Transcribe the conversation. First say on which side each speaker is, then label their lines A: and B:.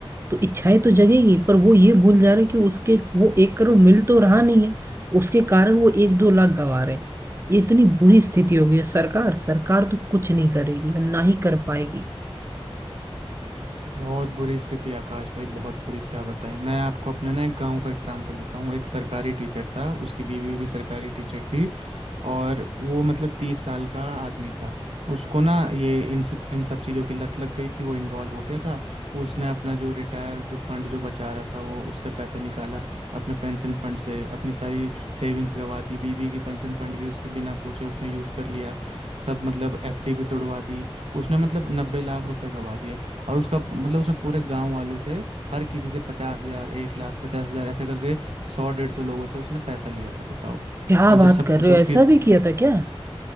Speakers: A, on the right; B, on the right.
A: तो इच्छाएं तो जगेगी पर वो ये भूल जा रहे हैं कि उसके वो एक करोड़ मिल तो रहा नहीं है उसके कारण वो एक दो लाख गंवा रहे हैं ये इतनी बुरी स्थिति हो गई है सरकार सरकार तो कुछ नहीं करेगी और ना ही कर पाएगी
B: बहुत बुरी स्थिति आकाश भाई बहुत बुरी क्या बताएं मैं आपको अपने ना एक गांव का एग्जांपल देता हूँ एक सरकारी टीचर था उसकी बीवी भी सरकारी टीचर थी और वो मतलब तीस साल का आदमी था उसको ना ये इन सब इन सब चीज़ों की लत लग गई थी वो इन्वॉल्व हो गया था उसने अपना जो रिटायर जो फंड जो बचा रहा था वो उससे पैसा निकाला अपना पेंशन फंड से अपनी सारी सेविंग्स गवा दी बीबी की पेंशन फंड भी उसके बिना पूछे उसने यूज़ कर लिया सब मतलब एफडी भी तोड़वा दी उसने मतलब नब्बे लाख रुपए गवा दिए और उसका मतलब उसने पूरे गांव वालों से हर किसी से पचास हजार एक लाख पचास हजार ऐसे करके सौ डेढ़ सौ लोगों से उसने पैसा लिया था बताओ
A: क्या
B: और जब
A: बात
B: सब
A: कर रहे
B: सब
A: हो
B: उसकी
A: ऐसा भी किया था क्या